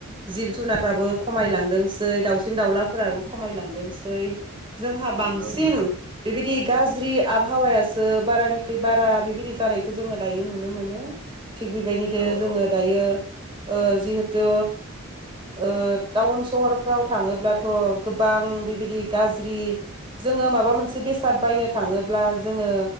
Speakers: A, on the right; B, on the right.
A: जिब जुनारफ्राबो खमायलांदोंसै दाउसिन दाउलाफोराबो खमायलांदोंसै जोंहा
B: नंगौ
A: बांसिन
B: नंगौ
A: बेबादि गाज्रि आबहावायासो बारानिख्रुइ बारा बेबायदि जानायखौ जोङो दायो नुनो मोनो। थिग बेबायदिनो
B: औ
A: जोङो
B: औ औ
A: दायो ओ जिहेथु ओ टाउन सहरफ्राव थाङोब्लाथ' गोबां बिबाय दि गाज्रि जोङो माबा मोनसे बेसाद बायनो थाङोब्ला जोङो